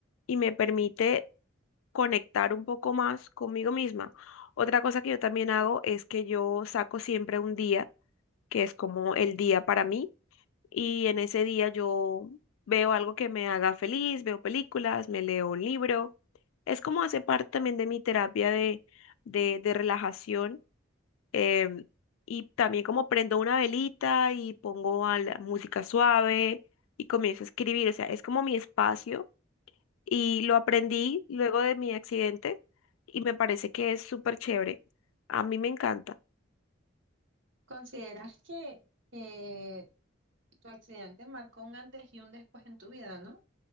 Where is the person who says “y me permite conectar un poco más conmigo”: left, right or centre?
Left